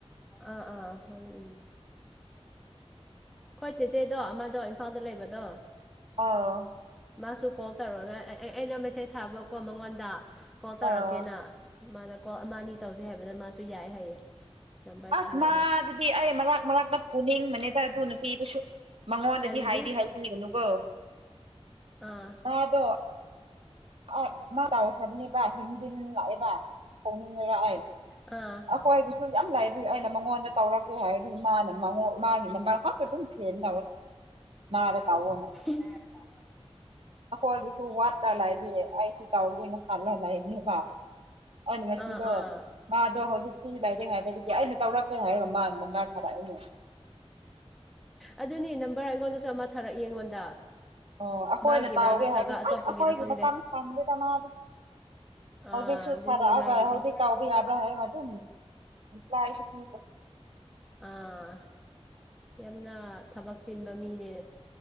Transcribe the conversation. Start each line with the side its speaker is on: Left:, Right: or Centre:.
Centre: ꯑꯥ ꯑꯥ ꯍ ꯎꯝ ꯍꯣꯏ ꯆꯦ ꯆꯦꯣ ꯑꯃꯥꯗ ꯏꯝꯐꯥꯜꯗ ꯂꯩꯕꯗꯣ
Right: ꯑꯥ
Centre: ꯃꯥꯁꯨ ꯀꯣꯜ ꯇꯧꯔꯛꯑꯣꯅ ꯑꯦ ꯑꯩꯅ ꯃꯦꯁꯦꯖ ꯁꯥꯕꯀꯣ ꯃꯉꯣꯟꯗ ꯀꯣꯜ ꯇꯧꯔꯛꯀꯦꯅ
Right: ꯑꯥ
Centre: ꯃꯥꯅ ꯀꯣꯜ ꯑꯃ ꯑꯅꯤ ꯇꯧꯁꯦ ꯍꯥꯏꯕꯗ ꯃꯥꯁꯨ ꯌꯥꯏ ꯍꯥꯏꯌꯦ ꯅꯝꯕꯔ
Right: ꯑꯁ
Centre: ꯊꯥꯔꯛꯏ
Right: ꯃꯥ ꯑꯗꯨꯗꯤ ꯑꯩ ꯃꯔꯛ ꯃꯔꯛꯇ ꯄꯨꯅꯤꯡꯕꯅꯤꯗ ꯑꯗꯨ ꯅꯨꯄꯤꯗꯨꯁꯨ ꯃꯉꯣꯟꯗꯗꯤ
Centre: ꯀꯔꯤꯒꯤ
Right: ꯍꯥꯏꯗꯤ ꯍꯥꯏꯕꯤꯒꯅꯨꯕꯣ
Centre: ꯑꯥ
Right: ꯑꯗꯣ ꯑ ꯃꯥ ꯂꯥꯎꯈ꯭ꯔꯕꯅꯦꯕ ꯍꯨꯝꯖꯤꯟ ꯂꯛꯑꯦꯕ ꯍꯧꯅꯤꯡꯉ ꯂꯥꯛꯑꯦ
Centre: ꯑ
Right: ꯑꯩꯈꯣꯏꯗꯤꯁꯨ ꯌꯥꯝ ꯂꯥꯏꯕꯤꯏ ꯑꯩꯅ ꯃꯉꯣꯟꯗ ꯇꯧꯔꯛꯀꯦ ꯍꯥꯏꯔꯗꯤ ꯃꯥꯅ ꯃꯥꯒꯤꯅ ꯃꯔꯈꯛꯇ ꯑꯗꯨꯝ ꯁꯦꯅꯤ ꯇ ꯑ ꯇꯥꯥꯎꯑꯣꯅ
Centre: ꯔ
Right: ꯑꯩꯈꯣꯏꯒꯤꯁꯨ ꯋꯥꯠꯂ ꯂꯥꯏ ꯑꯩꯁꯨ ꯇꯥꯎꯗꯅ ꯈꯜꯂꯣ ꯂꯩꯅꯦꯕ ꯑꯗꯨ ꯉꯁꯤꯗꯣ
Centre: ꯑꯥ ꯑꯥ
Right: ꯃꯥꯗꯣ ꯍꯧꯖꯤꯛ ꯂꯥꯏꯔꯤꯛ ꯍꯥꯏꯕꯗꯒꯤ ꯑꯩꯅ ꯇꯧꯔꯛꯀꯦ ꯍꯥꯏꯔꯣ ꯃꯥꯗ ꯃꯥ ꯊꯥꯔꯛꯏꯅꯦ
Centre: ꯑꯗꯨꯅꯤ ꯅꯝꯕꯔ ꯑꯩꯉꯣꯟꯗꯁꯨ ꯑꯃ ꯊꯥꯔꯛꯏ ꯑꯩꯉꯣꯟꯗ
Right: ꯑꯣ ꯑꯩꯈꯣꯏꯅ
Centre: ꯃꯥꯒꯤꯔ
Right: ꯇꯥꯎꯒꯦ
Centre: ꯅꯠꯇ꯭ꯔꯒ
Right: ꯍꯥꯏꯕꯤꯌ
Centre: ꯑꯇꯣꯞꯄꯒꯤꯔ
Right: ꯑꯁ ꯑꯩꯈꯣꯏꯒꯤ
Centre: ꯈꯪꯗꯦ
Right: ꯃꯇꯝ ꯁꯪꯒꯦꯗ ꯃꯥ ꯑꯗꯨꯝ
Centre: ꯑꯥ
Right: ꯍꯧꯖꯤꯛꯁꯨ
Centre: ꯑꯗꯨꯅꯤ
Right: ꯈꯔꯕ
Centre: ꯃꯥꯏꯗꯤ
Right: ꯍꯧꯖꯤꯛ ꯇꯥꯎꯕ ꯌꯥꯕ꯭ꯔꯥ ꯍꯥꯏ ꯑꯗꯨ ꯂꯏꯗ
Centre: ꯑꯥ ꯌꯥꯝꯅ ꯊꯕꯛ ꯆꯤꯟꯕ ꯃꯤꯅꯦ